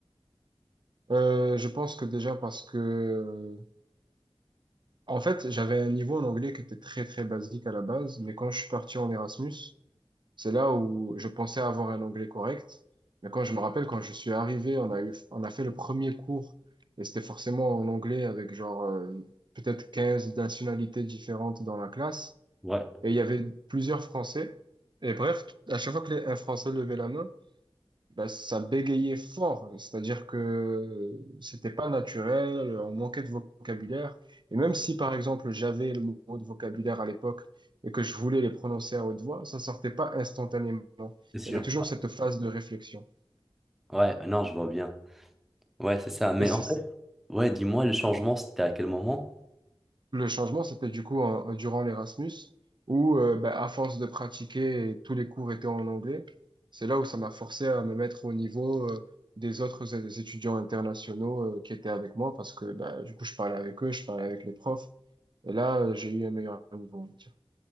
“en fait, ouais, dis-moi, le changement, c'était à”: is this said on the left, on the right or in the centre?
Centre